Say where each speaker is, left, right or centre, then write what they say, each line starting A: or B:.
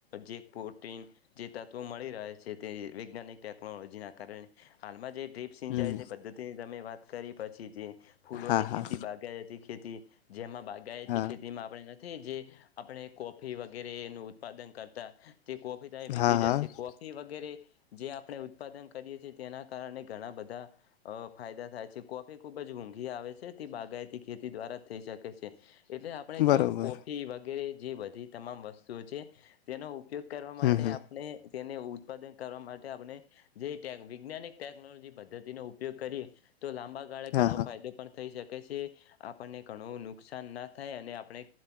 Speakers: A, on the left (about 70°); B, on the left (about 55°).
A: જેક પ્રોટીન જે તત્વો મળી રહે છે. તે વૈજ્ઞાનિક ટેકનોલોજીના કારણે હાલમાં જે ડ્રીપ સિંચાઈની
B: હમ
A: પદ્ધતિની તમે વાત કરી પછી જે ફૂલોની
B: હા હા
A: ખેતી બાગાયતી ખેતી. ખેતી, જેમાં બાગાયતી
B: હા
A: ખેતીમાં આપણે નથી જે આપણે કોફી વગેરેનું ઉત્પાદન કરતા, તે કોફી ત
B: હા
A: તે જસે,
B: હા
A: કોફી વગેરે જે આપણે ઉત્પાદન કરીએ છીએ, તેના કારણે ઘણા બધા અ ફાયદા થાય છે. કોફી ખુબ જ મોંઘી આવે છે, તે બાગાયતી ખેતી દ્વારા જ થઈ શકે છે. એટલે આપણે જો
B: બરોબર
A: કોફી વગેરે જે બધી તમામ વસ્તુઓ છે. તેનો ઉપયોગ કરવા માટે
B: હમ હમ
A: આપ તેને ઉત્પાદન કરવા માટે આપણે જે વજ્ઞાનિક ટેકનોલોજી પદ્ધતિનો ઉપયોગ કરીએ. તો લાંબા ગાળે
B: હા
A: ઘણો
B: હા
A: ફાયદો પણ થઈ શકે છે. આપણને ઘણું નુકસાન ના થાય અને આપણે